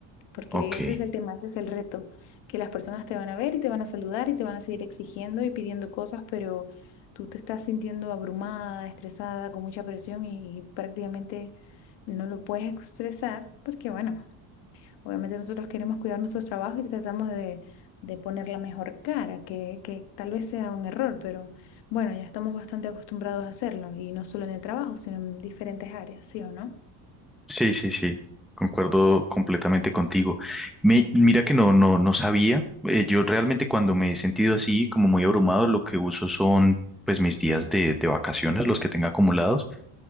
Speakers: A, on the left (about 70°); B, in the centre.
A: porque
B: Ok.
A: ese es el tema, ese es el reto, que las personas te van a ver y te van a saludar y te van a seguir exigiendo y pidiendo cosas, pero tú te estás sintiendo abrumada, estresada, con mucha presión y, y prácticamente no lo puedes expresar, porque bueno, Obviamente nosotros queremos cuidar nuestro trabajo y tratamos de, de poner la mejor cara, que, que tal vez sea un error, pero bueno, ya estamos bastante acostumbrados a hacerlo, y no solo en el trabajo, sino en diferentes áreas, ¿sí o no?
B: Sí, sí, sí, concuerdo completamente contigo. Me, mira que no, no, no sabía. eh, yo realmente cuando me he sentido así, como muy abrumado, lo que uso son pues mis días de, de vacaciones, los que tenga acumulados,